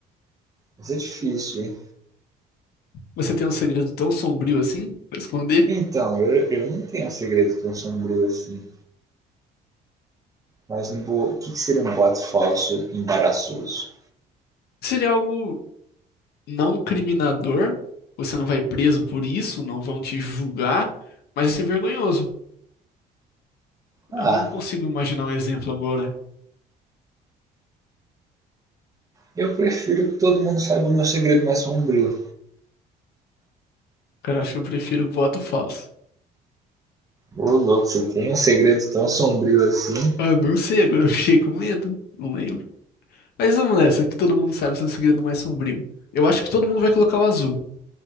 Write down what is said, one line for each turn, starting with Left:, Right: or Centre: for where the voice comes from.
Right: Mas é difícil, hein?
Left: Você tem um segredo tão sombrio assim pra esconder?
Right: Então, eu, eu não tenho um segredo tão sombrio assim. Mas não vou. o que que seria um boato falso embaraçoso?
Left: Seria algo não criminador, você não vai preso por isso, não vão te julgar, mas isso é vergonhoso.
Right: Ah,
Left: Eu não consigo imaginar um exemplo agora.
Right: eu prefiro que todo mundo saiba o meu segredo mais sombrio.
Left: Cara, acho que eu prefiro boato falso.
Right: Ô, louco, você tem um segredo tão sombrio assim?
Left: Ah, não sei, agora eu fiquei com medo, não lembro. Mas vamos nessa, que todo mundo sabe o seu segredo mais sombrio. Eu acho que todo mundo vai colocar o azul,